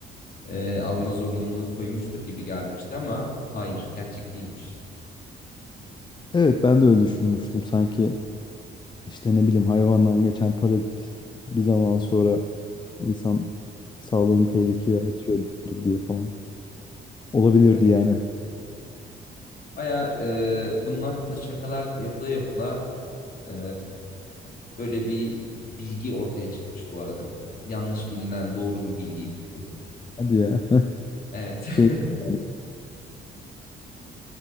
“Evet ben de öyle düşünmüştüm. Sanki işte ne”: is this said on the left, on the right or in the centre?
Left